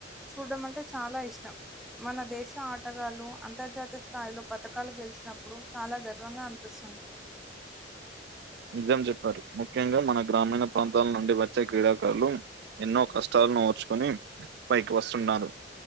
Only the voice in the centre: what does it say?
చూడ్డం అంటే చాలా ఇష్టం మన దేశ ఆటగాళ్ళు అంతర్జాతీయ స్థాయిలో పథకాలు గెలిచినప్పుడు చాలా గర్వంగా అనిపిస్తుం స్తుంది